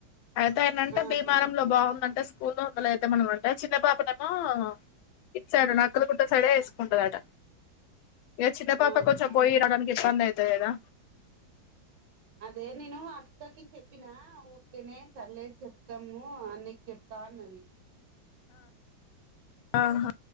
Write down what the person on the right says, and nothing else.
ఆహా
ఆహా
అదే నేను అక్కకి చెప్పినా ఓకేనే సర్లే చెప్తాము అన్నయ్యకి చెప్తా అన్నది